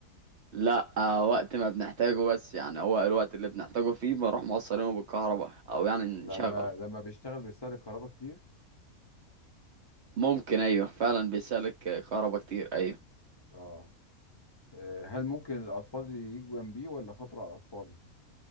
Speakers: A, on the right (about 60°); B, on the left (about 25°).
A: لا آه، وقت ما بنحتاجه بس يعني هو الوقت اللي بنحتاجه فيه بنروح موصلينه بالكهرباء أو يعني
B: لما
A: نشغله
B: لما بيشتغل بيستهلك كهرباء كتير
A: ممكن أيوة فعلا بيسالك آه، كهرباء كتير أيوة
B: اه آه، هل ممكن الاطفال يجوا جنبيه ولا خطر على الاطفال